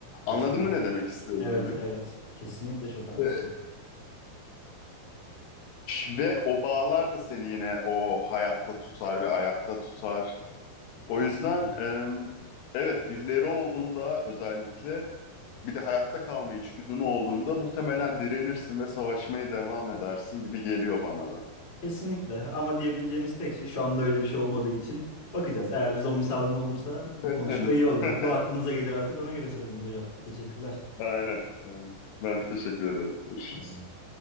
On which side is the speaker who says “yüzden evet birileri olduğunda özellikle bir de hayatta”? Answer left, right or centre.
Left